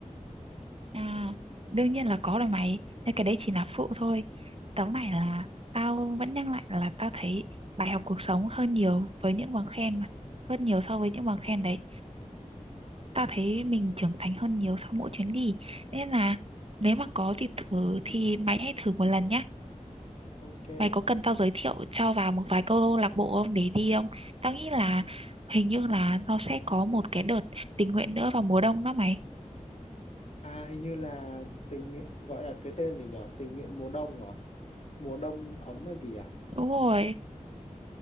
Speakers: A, on the right; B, on the left.
A: À, đương nhiên là có rồi mày. Nhưng cái đấy chỉ là phụ thôi. Tấu này là tao vẫn nhắc lại là tao thấy bài học cuộc sống hơn nhiều với những bằng khen mà. Hơn nhiều so với những bằng khen đấy. Tao thấy mình trưởng thành hơn nhiều sau mỗi chuyến đi. Nên là nếu mà có dịp thử thì mày hãy thử một lần nhé.
B: ok
A: Mày có cần tao giới thiệu cho vào một vài câu lạc bộ không để đi không? Tao nghĩ là hình như là nó sẽ có một cái đợt tình nguyện nữa vào mùa đông đó mày.
B: à hình như là tình nguyện gọi là cái tên gì nhở tình nguyện mùa đông à mùa đông ấm hay gì à
A: Đúng rồi.